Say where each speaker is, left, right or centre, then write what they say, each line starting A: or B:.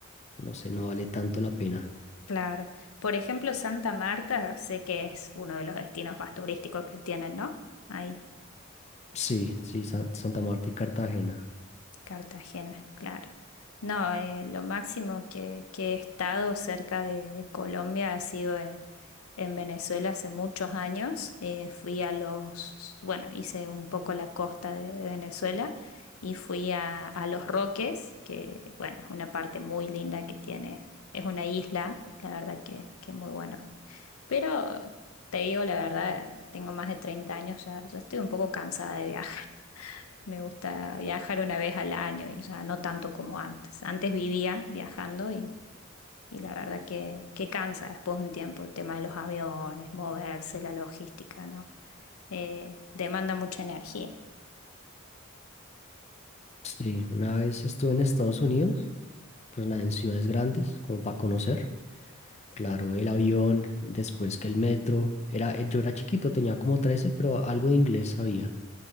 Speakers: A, on the left; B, on the left.
A: no sé, no vale tanto la pena.
B: Claro. Por ejemplo, Santa Marta, sé que es uno de los destinos más turísticos que tienen, ¿no? Ahí.
A: Sí, sí, Sa- Santa Marta y Cartagena.
B: Cartagena, claro. No, eh, lo máximo que, que he estado cerca de, de Colombia ha sido en, en Venezuela hace muchos años. Eh, fui a los, bueno, hice un poco la costa de, de Venezuela y fui a, a Los Roques, que bueno, es una parte muy linda que tiene, es una isla, la verdad que, que muy bueno. Pero te digo la verdad, tengo más de 30 años, ya, ya estoy un poco cansada de viajar. Me gusta viajar una vez al año y ya no tanto como antes. Antes vivía viajando y, y la verdad que, que cansa después de un tiempo el tema de los aviones, moverse, la logística, ¿no? Eh, demanda mucha energía.
A: Sí, una vez estuve en Estados Unidos, pues nada, en ciudades grandes, como para conocer. Claro, el avión, después que el metro. Era, yo era chiquito, tenía como 13, pero algo de inglés sabía.